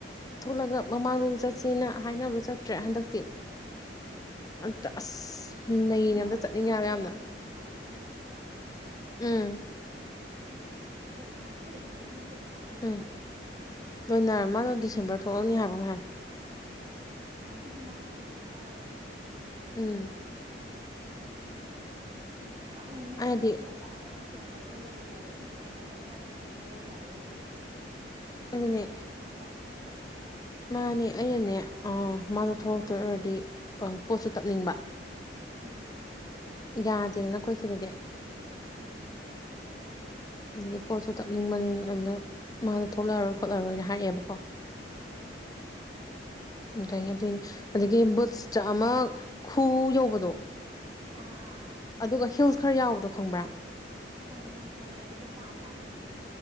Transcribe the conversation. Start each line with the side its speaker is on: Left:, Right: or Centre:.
Left: ꯊꯣꯛꯂꯒ ꯃꯃꯥꯡꯗꯁꯨ ꯆꯠꯁꯦꯅ ꯍꯥꯏꯅꯕꯗꯣ ꯆꯠꯇ꯭ꯔꯦ ꯍꯟꯗꯛꯇꯤ ꯑꯝꯇ ꯑꯁ ꯅꯩꯅ
Right: ꯃꯥ
Left: ꯑꯝꯇ ꯆꯠꯅꯤꯡꯉꯦ
Right: ꯄꯩꯈꯥ
Left: ꯍꯥꯏꯕ
Right: ꯂꯣꯏꯔꯝꯃꯅꯤꯌꯦ
Left: ꯌꯥꯝꯅ
Right: ꯃꯥ ꯊꯣꯛꯂꯛꯇ꯭ꯔꯤꯕꯣ
Left: ꯎꯝ
Right: ꯄꯔꯤꯈꯥꯗꯤ ꯂꯣꯏꯔꯝꯃꯅꯤ ꯃꯤ ꯄꯔꯤꯈꯥ ꯂꯣꯏꯅꯔꯦ
Left: ꯎꯝ ꯂꯣꯏꯅꯔ ꯃꯥꯗꯣ ꯗꯤꯁꯦꯝꯕꯔ ꯊꯣꯛꯂꯑꯅꯤ ꯍꯥꯏꯕ꯭ꯔꯣ ꯃ ꯍꯥꯏ
Right: ꯑꯗꯨꯗꯤ ꯃꯥ ꯍꯟꯗꯛ ꯊꯣꯛꯂꯛꯑꯔꯣꯏ
Left: ꯎꯝ
Right: ꯎꯝ ꯄꯪꯉꯦ
Left: ꯑꯩꯅꯗꯤ
Right: ꯍꯟꯗꯛ ꯊꯣꯛꯂꯛꯑꯒꯗꯤ ꯗꯤꯁꯦꯝꯕꯔꯗ ꯂꯩꯔꯒ ꯗꯤꯁꯦꯝꯕꯔꯗꯣ ꯈꯔ ꯊꯦꯡꯅꯅ ꯂꯩꯊꯒꯦ ꯂꯩꯇꯦ
Left: ꯑꯗꯨꯅꯦ
Right: ꯗꯤꯁꯦꯝꯕꯔ ꯌꯥꯝ ꯐꯖꯕꯅꯦ ꯍꯥꯏꯕ
Left: ꯃꯥꯅꯦ ꯑꯩꯅꯅꯦ ꯃꯥꯗꯣ ꯊꯣꯛꯂꯛꯇꯣꯏ ꯑꯣꯏꯔꯗꯤ ꯄꯣꯠꯁꯨ ꯇꯞꯅꯤꯡꯕ
Right: ꯎꯝ
Left: ꯌꯥꯗꯦꯅ ꯅꯈꯣꯏ ꯁꯤꯗꯗꯤ
Right: ꯎꯝ
Left: ꯑꯗꯒꯤ ꯄꯣꯠꯁꯨ ꯇꯛꯅꯤꯡꯕꯅꯤ ꯑꯗꯨꯗ ꯃꯥꯗꯣ ꯊꯣꯛꯂꯛꯑꯔꯣꯏ ꯈꯣꯠꯂꯔꯣꯏꯅ ꯍꯥꯏꯑꯦꯕꯀꯣ
Right: ꯑꯥ
Left: ꯑꯗꯒꯤꯗꯤ ꯑꯗꯒꯤ ꯕꯨꯠꯁꯇ ꯑꯃ ꯈꯨ ꯌꯧꯕꯗꯣ
Right: ꯑꯥ ꯑꯥ ꯑꯥ
Left: ꯑꯗꯨꯒ ꯍꯤꯜꯁ ꯈꯔ ꯌꯥꯎꯕꯗꯣ ꯈꯪꯕ꯭ꯔꯥ?
Right: ꯈꯪꯉꯦ ꯈꯪꯉꯦ ꯈꯪꯉꯦ ꯑꯩ ꯑꯗꯨ ꯄꯥꯝ ꯄꯥꯝ ꯂꯩꯅꯤꯅꯦ